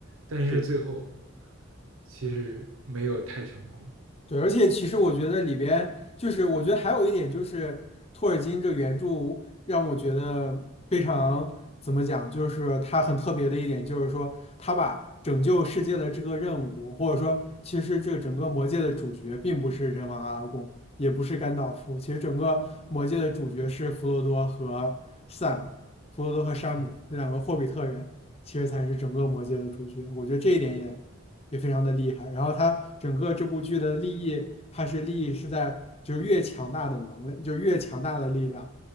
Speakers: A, on the right; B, on the left.
A: 但是最后
B: 是。
A: 其实没有太成功。
B: 对，而且其实我觉得里边就是，我觉得还有一点就是托尔金这原著让我觉得非常怎么讲，就是他很特别的一点，就是说他把拯救世界的这个任务，或者说其实这个整个魔界的主角并不是人王阿拉贡，也不是甘道夫，其实整个魔界的主角是弗罗多和 Sam，弗罗多和山姆这两个霍比特人，
A: 嗯，
B: 其实才是整个魔界的主角。我觉得这一点也。也非常的厉害。然后它整个这部剧的利益，它是利益是在就是越强大的能力，就是越强大的力量，